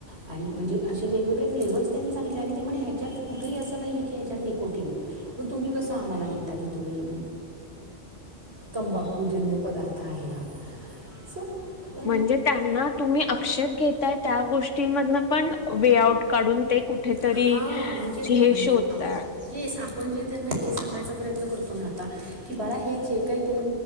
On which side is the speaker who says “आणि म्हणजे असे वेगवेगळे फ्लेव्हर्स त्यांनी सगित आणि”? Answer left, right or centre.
Right